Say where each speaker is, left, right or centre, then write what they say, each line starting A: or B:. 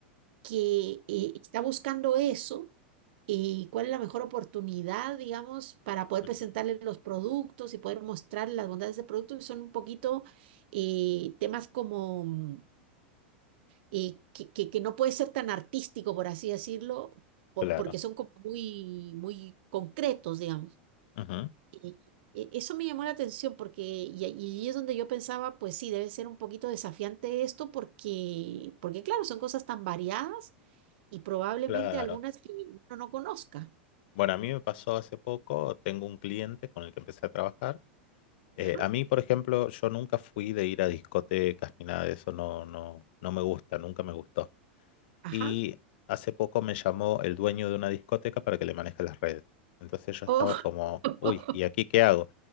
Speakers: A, on the right; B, on the left.
A: que eh, está buscando eso, y cuál es la mejor oportunidad, digamos, para poder
B: Ujú.
A: presentarle los productos y poder mostrar las bondades del producto, que son un poquito eh, temas como mm, eh, que, que- que no puede ser tan artístico, por así decirlo, por-
B: claro,
A: porque son como muy, muy concretos, digamos.
B: Ujú.
A: Y e- eso me llamó la atención porque, y, ahí y ahí es donde yo pensaba, pues sí, debe ser un poquito desafiante esto porque, porque claro, son cosas tan variadas y probablemente
B: claro.
A: algunas que uno no conozca.
B: Bueno, a mí me pasó hace poco, tengo un cliente con el que empecé a trabajar. Eh,
A: Ajá,
B: a mí, por ejemplo, yo nunca fui de ir a discotecas ni nada de eso, no, no, no me gusta, nunca me gustó.
A: ajá.
B: Y hace poco me llamó el dueño de una discoteca para que le maneje las redes. Entonces yo estaba
A: Oh,
B: como,
A: <laughs>
B: uy, ¿y aquí qué hago?